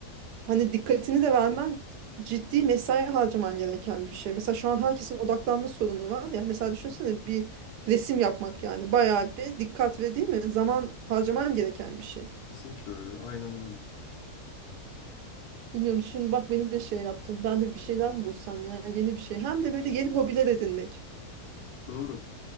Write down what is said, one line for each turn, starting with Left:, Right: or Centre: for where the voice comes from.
Right: Hani dikkatini de vermen ciddi mesai harcaman gereken bir şey. Mesela şu an herkesin odaklanma sorunu var ya. Mesela düşünsene bir resim yapmak yani bayağı bir dikkat ve değil mi? Zaman harcaman gereken bir şey.
Left: Kesinlikle öyle. Aynen öyle.
Right: Bilmiyorum şimdi bak beni de şey yaptın. Ben de bir şeyler mi bulsam yani yeni bir şey. Hem de böyle yeni hobiler edinmek.
Left: Doğru.